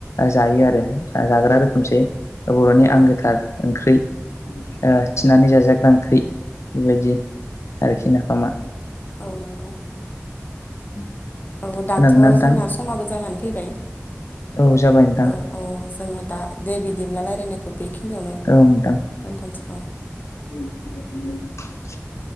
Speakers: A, on the left; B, on the left.
A: जायो आरो जाग्रा रोखोमसे बर'नि
B: औ
A: आंगोथार ओंख्रि ओ थिनानै जाजा बेबायदि आरोखि नाफामा।
B: औ नंगौ
A: <inaudible>
B: औ दाथ'
A: खोनादोंना नोंथां
B: जोंना समाबो जानानै फैबाय।
A: औ जाबाय नोंथां
B: ओ औ जोङो दा दे बिदिब्ला लायरानायखौ बे खिनियावनो
A: औ नोंथां
B: दोनथ'नसै।
A: <inaudible>